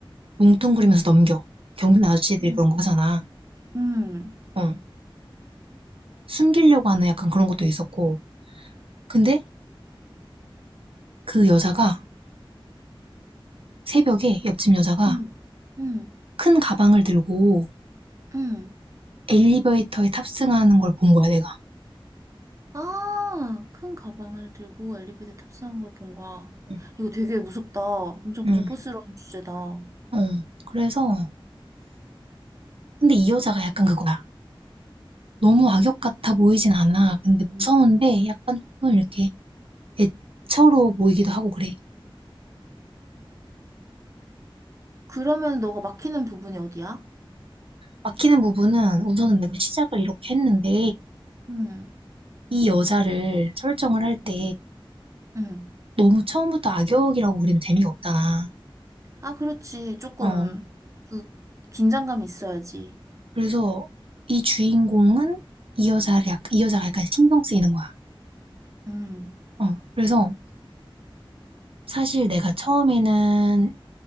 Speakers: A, on the right (about 80°); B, on the right (about 35°).
A: 뭉뚱그리면서 넘겨. 경비원 아저씨들이
B: 음,
A: 그런 거 하잖아.
B: 음,
A: 어. 숨기려고 하는 약간 그런 것도 있었고. 근데 그 여자가 새벽에 옆집 여자가
B: 응, 음, 음,
A: 큰 가방을 들고
B: 음.
A: 엘리베이터에 탑승하는 걸 본 거야, 내가.
B: 아, 큰 가방을 들고 엘리베이터 탑승한 걸 본 거야.
A: 응,
B: 이거 되게 무섭다. 엄청
A: 응.
B: 공포스러운 주제다. 어,
A: 어. 그래서, 근데 이 여자가 약간 그거야. 너무 악역 같아 보이진 않아. 근데 무서운데 약간 조금 이렇게 애처로 보이기도 하고 그래.
B: 그러면 너가 막히는 부분이 어디야?
A: 막히는 부분은 우선은 내가 시작을 이렇게 했는데,
B: 음,
A: 이 여자를 설정을 할 때
B: 음.
A: 너무 처음부터 악역이라고 그리면 재미가 없잖아.
B: 아, 그렇지. 조금,
A: 어.
B: 그, 긴장감이 있어야지.
A: 그래서 이 주인공은 이 여자를 약, 이 여자가 약간 신경 쓰이는 거야.
B: 음,
A: 어, 그래서 사실 내가 처음에는